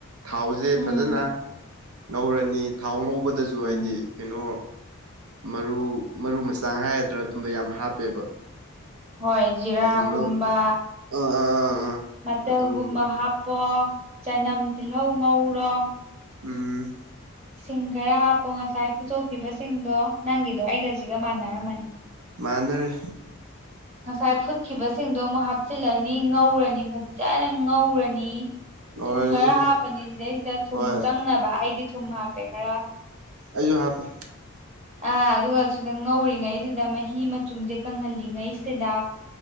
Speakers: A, on the right (about 80°); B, on the right (about 30°).
A: ꯊꯥꯎꯖꯦ
B: ꯎꯝ
A: ꯐꯖꯅꯥ ꯉꯧꯔꯅꯤ ꯊꯥꯎ ꯉꯧꯕꯗꯖꯨ
B: ꯎꯝ
A: ꯍꯥꯏꯗꯤ ꯀꯩꯅꯣ ꯃꯔꯨ ꯃꯔꯨ ꯃꯆꯜ ꯍꯥꯏꯒꯗ꯭ꯔꯥ ꯑꯗꯨꯝꯕ ꯌꯥꯝ ꯍꯥꯞꯄꯦꯕ
B: ꯍꯣꯏ ꯖꯤꯔꯥꯒꯨꯝꯕ
A: ꯑꯗꯨꯝꯕ ꯑꯥ ꯑꯥ ꯑꯥ ꯑꯥ
B: ꯃꯆꯜꯒꯨꯝꯕ
A: ꯑꯗꯨꯒꯨꯝꯕ
B: ꯍꯥꯞꯄꯣ ꯆꯅꯝ ꯇꯤꯜꯍꯧ ꯉꯧꯔꯣ
A: ꯎꯝ꯫
B: ꯁꯤꯡ ꯈꯔ ꯍꯥꯞꯄꯣ ꯉꯁꯥꯏ ꯐꯨꯠꯇꯣꯛꯈꯤꯕ ꯁꯤꯡꯗꯣ ꯅꯪꯒꯤꯗꯣ ꯑꯩꯒꯁꯤꯒ ꯃꯥꯟꯅꯔꯝꯃꯅꯤ
A: ꯃꯅꯥꯔꯦ
B: ꯉꯁꯥꯏ ꯐꯨꯠꯈꯤꯕꯁꯤꯡꯗꯣ ꯑꯃꯨꯛ ꯍꯥꯞꯆꯤꯜꯂꯅꯤ ꯉꯧꯔꯅꯤ ꯐꯠꯖꯅ ꯉꯧꯔꯅꯤ
A: ꯉꯧꯔꯅꯤ
B: ꯊꯨꯝ ꯈꯔ ꯍꯥꯞꯄꯅꯤ ꯁꯤꯗꯩꯁꯤꯗ ꯊꯨꯝ
A: ꯍꯣꯏ
B: ꯆꯪꯅꯕ ꯑꯩꯗꯤ ꯊꯨꯝ ꯍꯥꯞꯄꯦ ꯈꯔ
A: ꯑꯩꯖꯨ ꯍꯥꯞꯄꯦ
B: ꯑ ꯑꯗꯨꯒ ꯁꯤꯗ ꯉꯧꯔꯤꯉꯩꯖꯤꯗ ꯃꯍꯤ ꯃꯆꯨꯝꯁꯦ ꯀꯪꯍꯜꯂꯤꯉꯩꯁꯤꯗ